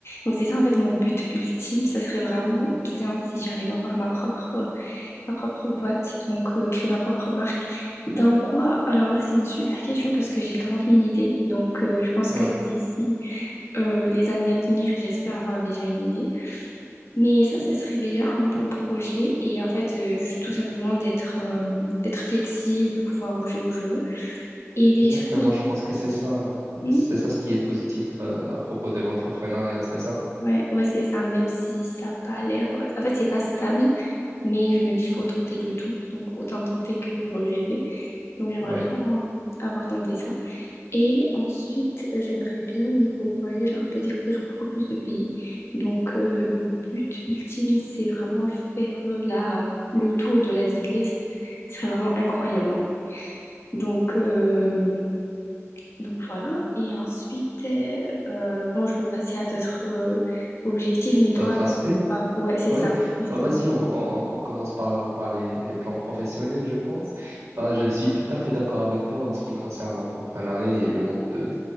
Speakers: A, on the left; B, on the right.
A: Donc, c'est ça, en fait, mon but ultime. Ça serait vraiment bien si j'arrive à avoir ma propre euh, ma propre boîte, donc euh, créer ma propre marque. Dans quoi? Alors là, c'est une super question parce que j'ai 40 000 idées. Donc euh, je pense
B: Ouais,
A: que d'ici euh, les années à venir, j'espère avoir déjà une idée. Mais ça, ça serait déjà un bon projet. Et en fait, euh, juste tout simplement d'être euh, d'être flexible, de pouvoir bouger où je veux. Et déjà,
B: exactement,
A: il-
B: je pense que c'est ça,
A: Hmm
B: c'est ça ce qui est positif euh, à propos de l'entrepreneuriat, c'est ça?
A: Ouais, ouais, c'est ça, même si ça n'a pas l'air... euh, En fait, c'est pas stable, mais je me dis, faut tenter le tout. Donc, autant tenter que regretter. Donc, j'aimerais
B: Ouais,
A: bien euh, avoir tenté ça. Et ensuite, euh, j'aimerais bien, niveau voyage, un peu découvrir beaucoup plus de pays. Donc, euh, le but ultime, c'est vraiment faire euh, la, le tour de l'Asie de l'Est. C'est vraiment incroyable. hein. Donc, euh, donc voilà. Et ensuite, euh, euh, bon, je peux passer à d'autres euh, objectifs, mais toi,
B: d'autres aspects?
A: ah, ouais, c'est
B: Oui,
A: ça. Je
B: bah
A: te-
B: vas-y, on, on- on commence par, euh, par les, les plans professionnels, je pense. Bah, je suis tout à fait d'accord avec toi en ce qui concerne l'entrepreneuriat et le monde de-